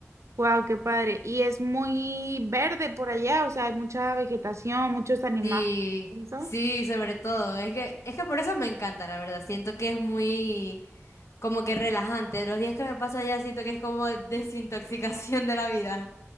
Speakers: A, on the right; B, on the left.
A: Wow, qué padre. Y es muy verde por allá, o sea, hay mucha vegetación, muchos animales.
B: Sí,
A: ¿eso?
B: sí, sobre todo. Es que, es que por eso me encanta, la verdad. Siento que es muy como que relajante. Los días que me paso allá siento que es como desintoxicación de la vida.